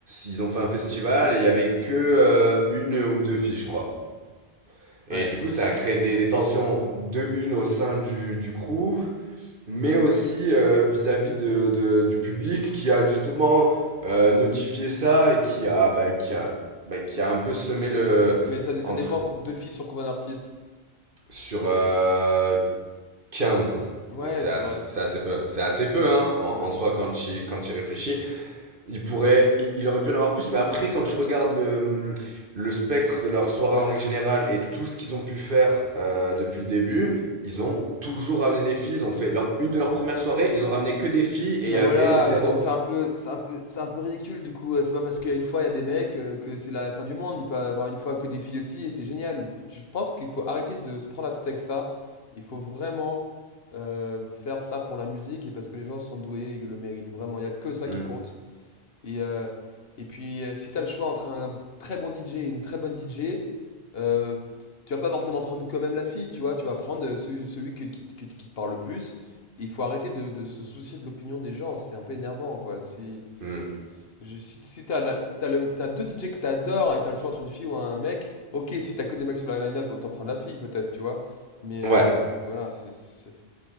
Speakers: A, on the right; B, on the left.
A: ils ont fait un festival et il y avait que euh, une ou deux filles, je crois. Et
B: ouais.
A: du coup, ça a créé des, des tensions de une au sein du, du crew, mais aussi euh, vis-à-vis de, de- du public qui a justement euh, notifié ça et qui a, bah, qui a, bah, qui a un peu semé le
B: Mais ça, dé-
A: entre
B: ça dépend de filles sur combien d'artistes.
A: sur euh, 15.
B: Ouais,
A: Donc c'est
B: c'est
A: assez,
B: vrai.
A: c'est assez peu. C'est assez peu, hein,
B: Ça, c'est
A: en,
B: peu,
A: en
B: ouais.
A: soi, quand tu, quand tu y réfléchis. Il pourrait, il, il aurait pu en avoir plus, mais après, quand je regarde le, le spectre de leur soirée en règle générale et tout ce qu'ils ont pu faire euh, depuis le début, ils ont toujours ramené des filles. Ils ont fait leur, une de leurs premières soirées, ils ont ramené que des filles et
B: Bah
A: il y avait
B: voilà,
A: zéro.
B: bah donc c'est un peu, c'est un peu, c'est un peu ridicule du coup. euh, C'est pas parce qu'il y a une fois il y a des mecs euh, que c'est la fin du monde. Il peut avoir une fois que des filles aussi et c'est génial. Je pense qu'il faut arrêter de se prendre la tête avec ça. Il faut vraiment euh, faire ça pour la musique et parce que les gens sont doués et le méritent vraiment. Il y a que ça
A: Hmm,
B: qui compte. Et, euh, et puis, euh, si tu as le choix entre un très bon DJ et une très bonne DJ, euh, tu vas pas forcément prendre quand même la fille, tu vois. Tu vas prendre euh, celui, celui que- qui, que- qui te parle le plus. Et il faut arrêter de, de se soucier de l'opinion des gens. C'est un peu énervant, quoi. Si,
A: hmm.
B: je, si, si t'as la- si t'as le- t'as deux DJ que t'adores et t'as le choix entre une fille ou un mec, ok, si t'as que des mecs sur la line-up, autant prendre la fille, peut-être, tu vois. Mais
A: Ouais.
B: euh, voilà, c'est c'est-